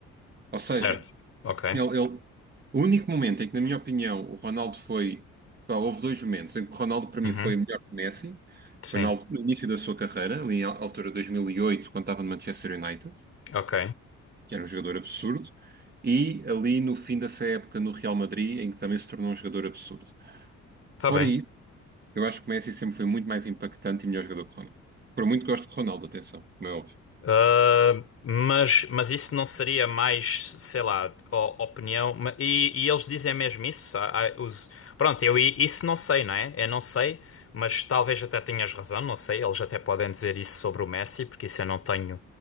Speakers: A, on the right; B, on the left.
A: Ou seja,
B: Certo. Ok.
A: ele, ele- o único momento em que, na minha opinião, o Ronaldo foi. pá, houve dois momentos em que o Ronaldo, para mim,
B: Uhum.
A: foi melhor que o Messi.
B: Sim.
A: Foi na al- no início da sua carreira, ali na altura de 2008, quando estava no Manchester United,
B: Ok.
A: que era um jogador absurdo. E ali no fim dessa época no Real Madrid, em que também se tornou um jogador absurdo.
B: Tá
A: Fora
B: bem.
A: Eu acho que o Messi sempre foi muito mais impactante e melhor jogador que o Ronaldo. Por muito que gosto de Ronaldo, atenção, como é óbvio.
B: Uh, mas, mas isso não seria mais, sei lá, o- opinião. ma- E, e eles dizem mesmo isso. Há- há os- Pronto, eu i- isso não sei, não é? Eu não sei, mas talvez até tenhas razão, não sei. Eles até podem dizer isso sobre o Messi, porque isso eu não tenho,